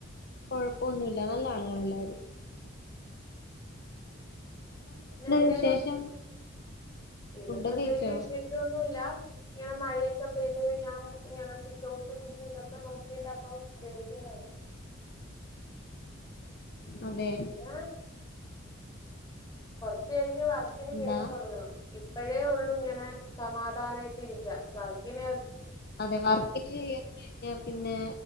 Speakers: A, on the left (about 50°); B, on the left (about 20°).
A: കൊഴപ്പൊന്നുല്ല. നല്ല ആൾകളാ എല്ലാവരും.
B: ഇന്ന് എവ്ടെലും
A: വിശേഷം
B: ഇവടെ
A: ഫുഡൊക്കെ
B: പ്രത്യേകിച്ച്
A: കഴിച്ചോ
B: വിശേഷൊന്നും ഇല്ല ഇങ്ങനെ മഴയെ ക്കെ പെയ്ത് കഴിഞ്ഞാ ഇങ്ങനെ ഒക്കെ <unintelligible> ഇതൊക്കെ നോക്കിട്ടാ ഇപ്പം വിളിക്ക്ന്നെയ് ഉം
A: അതെ
B: എന്താ കൊർച്ച് കഴിഞ്ഞ് വർ ക്കിന്
A: എന്താ
B: കേറി തൊടങ്ങണം ഇപ്പഴേ ഒള്ളു ഇങ്ങനെ സമാധാനായിട്ട് ഇരിക്ക വർക്കിൻ
A: അതെ വർക്ക്ന് ചെയ്യാൻ കേറിയാ പിന്നെ